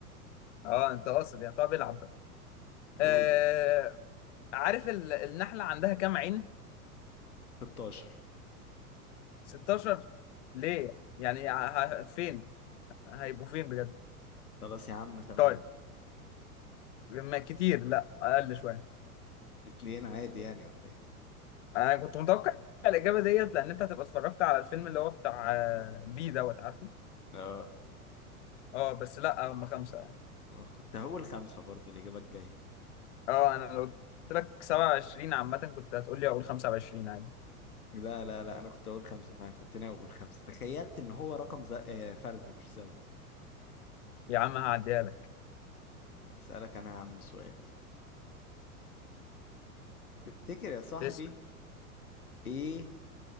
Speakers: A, on the left; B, on the left.
A: اه انت قاصد يعني طب العب بقى آه
B: قول
A: عارف ال... النحله عندها كام عين
B: 16
A: 16 ليه يعني ه... ه- فين هيبقوا فين بجد
B: خلاص يا عم 8
A: طيب ما كتير لا اقل شويه
B: اتنين عادي يعني ولا ايه
A: انا كنت متوقع الاجابه ديت لان انت هتبقى اتفرجت على الفيلم اللي هو بتاع آه، بي دوت عارفه
B: اه
A: اه بس لا هم خمسه يعني
B: كنت هقول خمسة برضو الإجابة الجاية
A: اه انا لو قلت لك 27 عامه كنت هتقول لي اقول 25 عادي
B: لا لا لا أنا كنت هقول خمسة فعلا كنت ناوي أقول خمسة تخيلت إن هو رقم ز... آه، فردي مش زوجي
A: يا عم هعديها لك
B: هسألك أنا يا عم سؤال تفتكر يا صاحبي
A: اسال
B: إيه